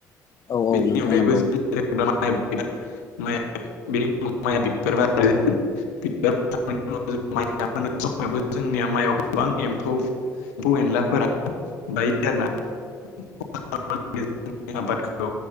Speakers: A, on the left (about 40°); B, on the left (about 80°).
A: औ औ
B: बेनि
A: नोंथां
B: अनगायैबो
A: नंगौ
B: जों <unintelligible> माइया बिबार बारो बिबार बारनायनि उनाव जोङो माइ समावबो जोंनिया माइआव गोबां एम्फौ एम्फौ एनलाफोरा बायो आरोना <unintelligible> आबादखौ